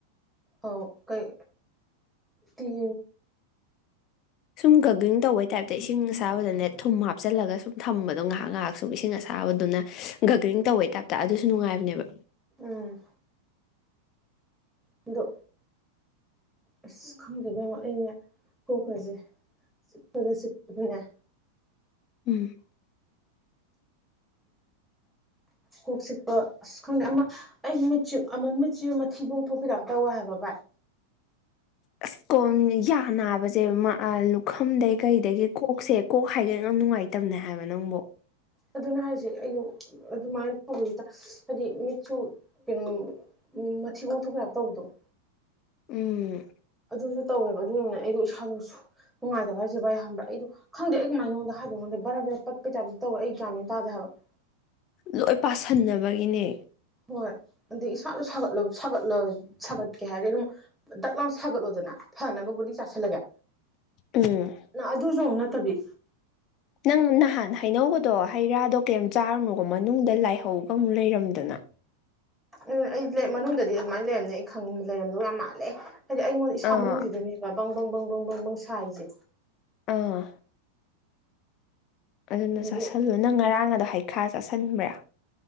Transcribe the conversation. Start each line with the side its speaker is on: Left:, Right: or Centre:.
Centre: ꯑꯣ ꯀꯩ ꯇ
Left: ꯁꯨꯝ ꯒꯒ꯭ꯂꯤꯡ ꯇꯧꯕꯩ ꯇꯥꯏꯞꯇ ꯏꯁꯤꯡ ꯑꯁꯥꯕꯗꯅꯦ ꯊꯨꯝ ꯍꯥꯞꯆꯤꯜꯂꯒ ꯁꯨꯝ ꯊꯝꯕꯗꯣ ꯉꯥꯏꯍꯥꯛ ꯉꯥꯏꯍꯥꯛ ꯁꯨꯝ ꯏꯁꯤꯡ ꯑꯁꯥꯕ ꯇꯥꯕꯗꯨꯅ ꯒꯒ꯭ꯔꯤꯡ ꯇꯧꯕꯩ ꯇꯥꯏꯞꯇ ꯑꯗꯨꯁꯨ ꯅꯨꯡꯉꯥꯏꯕꯅꯦꯕ
Centre: ꯎꯝ ꯑꯗꯣ ꯑꯁ ꯈꯪꯗꯕꯩ ꯑꯃꯨꯛ ꯑꯩꯅꯦ ꯀꯣꯛꯀꯁꯦ ꯁꯤꯄꯗ ꯁꯤꯄꯗꯨꯉ
Left: ꯎꯝ
Centre: ꯀꯣꯛ ꯆꯤꯛꯄ ꯑ ꯈꯪꯗꯦ ꯑꯃ ꯑꯩ ꯅꯨ ꯑꯃꯝ ꯃꯆꯤ ꯃꯊꯤ ꯄꯣꯡꯊꯣꯛꯄꯤꯗ ꯇꯧꯋꯦ ꯍꯥꯏꯕ ꯚꯥꯏ
Left: ꯑꯁ ꯀꯣ ꯌꯥꯕꯁꯦ ꯂꯨꯈꯝꯗꯩ ꯀꯩꯗꯒꯤ ꯀꯣꯛꯁꯦ ꯀꯣꯛ ꯍꯥꯏꯒ ꯌꯥꯝ ꯅꯨꯡꯉꯥꯏꯇꯕꯅꯦ ꯍꯥꯏꯕ ꯅꯪꯕꯨ
Centre: ꯑꯗꯨꯅ ꯍꯥꯏꯁꯦ ꯑꯩꯗꯣ ꯑꯗꯨꯃꯥꯏꯅ ꯇꯧꯕꯅꯤꯗ ꯍꯥꯏꯗꯤ ꯃꯤꯠꯁꯨ ꯀꯩꯅꯣ ꯃꯊꯤ ꯑꯣꯟꯊꯣꯛꯄ ꯌꯥ ꯇꯧꯕꯗ ꯇꯣ
Left: ꯎꯝ
Centre: ꯑꯗꯨꯁꯨ ꯇꯧꯋꯦꯕ ꯑꯗꯨꯅꯤꯅ ꯑꯩꯗꯣ ꯏꯁꯥꯗꯣꯁꯨ ꯅꯨꯡꯉꯥꯏꯕ ꯍꯥꯏꯁ ꯚꯏ ꯍꯕ꯭ꯔꯥ ꯑꯩꯣ ꯈꯪꯗꯦ ꯑꯩꯒꯤꯃꯥꯏꯅꯣꯗꯕ ꯈꯪꯗꯦ ꯕꯔꯥꯕꯔꯥꯠꯄ ꯇꯥꯏꯞꯇ ꯇꯧꯦ ꯑꯩ ꯒ꯭ꯌꯥꯃꯤꯦꯟ ꯇꯥꯗ ꯍꯥꯏꯕ <inaudible>
Left: ꯂꯣꯏ ꯄꯁꯤꯟꯅꯕꯒꯤꯅꯦ
Centre: ꯍꯣꯏ ꯑꯗꯒꯤ ꯏꯁꯥꯗꯠꯠꯂ ꯁꯥꯒꯠꯀꯦ ꯍꯥꯏꯔꯗꯤ ꯑꯗꯨꯝ ꯗꯛ ꯂꯥꯎ ꯁꯥꯒꯠꯂꯣꯗꯅ ꯐꯅꯕ ꯒꯨꯂꯤ ꯆꯥꯁꯤꯜꯂꯒꯦ
Left: ꯎꯝ
Centre: ꯅꯪ ꯑꯗꯨꯁꯨ ꯇꯕꯤ
Left: ꯅꯪ ꯅꯍꯥꯟ ꯍꯩꯅꯧꯕꯗꯣ ꯍꯩ ꯔꯥꯗꯣ ꯀꯩꯝ ꯆꯥꯔꯨꯅꯨꯕꯣ ꯃꯅꯨꯡꯗ ꯂꯥꯏꯍꯧꯒ ꯑꯃꯨꯛ ꯂꯩꯔꯝꯗꯅ
Centre: ꯎꯝ ꯑꯩ ꯃꯅꯨꯡꯗꯗꯤ ꯑꯗꯨꯃꯥꯏꯅ ꯂꯩꯔꯝꯅꯦ ꯑꯩ ꯈꯪ ꯂꯩꯔꯝꯗꯧ ꯌꯥꯝ ꯃꯥꯜꯂꯦ ꯍꯥꯏꯗꯤ ꯑꯩꯉꯣꯟꯗ ꯏꯁꯥ
Left: ꯑꯥ
Centre: ꯃꯅꯨꯡꯁꯤꯗꯅꯦꯕ ꯕꯪꯕꯪ ꯕꯪꯕꯪ ꯕꯪꯕꯪ ꯁꯥ ꯍꯥꯏꯁꯦ
Left: ꯑꯥ ꯑꯗꯨꯅ
Centre: ꯑꯗꯒꯤ
Left: ꯆꯥꯁꯜꯂꯨ ꯅꯪ ꯉꯔꯥꯡ ꯑꯗꯣ ꯍꯩꯈꯥ ꯆꯥꯁꯟꯕ꯭ꯔꯥ